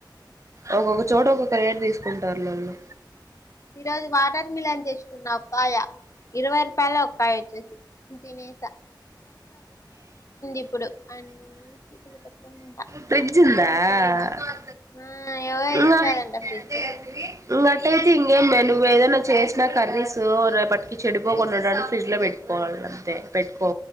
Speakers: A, on the right (about 40°); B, on the left (about 40°).
A: ఒక్కొక్క చోట ఒకొక్ రేట్ తీసుకుంటారులళ్ళు
B: ఈ రోజు వాటర్ మిలన్ తెచ్చుకున్న ఒకకాయ ఇరవై రూపాయల ఒకకాయ వచ్చేసి తినే ఇప్పుడు అన్ని ఫ్రిడ్జ్ లో పెట్టుకొని తింటా
A: ఫ్రిడ్జ్ ఉందా ఆ
B: ఆ ఎవరో
A: ఉమ్మ
B: ఇచ్చారంట
A: ఇంకటయితే
B: ఫ్రిడ్జ్
A: ఇంకేం నువ్వు ఏదైనా చేసినా కర్రీస్ రేపటికి చెడిపోకోకుండా ఉండటానికి ఫ్రిడ్జ్ లో పెట్టుకోవాలి అంతే పెట్టుకో